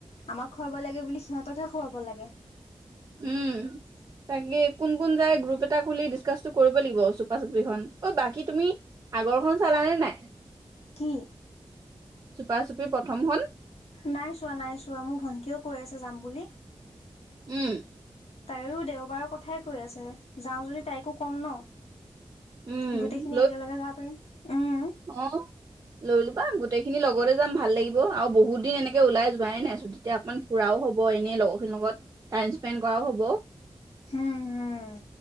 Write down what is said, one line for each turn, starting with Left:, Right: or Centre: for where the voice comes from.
Left: আমাক খোৱাব লাগে বুলি। সিহঁতকহে খোৱাব লাগে। <unintelligible>
Right: উম তাকে কোন কোন যায়, গ্ৰুপ এটা খুলি ডিচকাচটো কৰিব লাগিব। চুপা চুপি খন অ', বাকী তুমি আগৰ খন চালানে নাই?
Left: কি?
Right: চুপা চুপি প্ৰথম খন।
Left: নাই চোৱা নাই চোৱা, মোৰ ভণ্টীয়েও কৈ আছে যাম বুলি।
Right: উমঁ'।
Left: তাইও দেওবাৰৰ কথাই কৈ আছে, যাওঁ যদি তাইকো ক'ম ন'?
Right: উম
Left: গোটেই খিনি একেলগে যাব পাৰিম, উমঁ।
Right: উমঁ'। লৈ লোবা, গোটেই খিনি লগতে যাম ভাল লাগিব আৰু বহুত দিন এনেকে ওলাই যোৱাই নাই চোন। তেতিয়া অকমান ফুৰাও হ'ব এনে লগৰ খিনিৰ লগত, টাইম স্পেণ্ড কৰাও হ'ব।
Left: হুম হুম,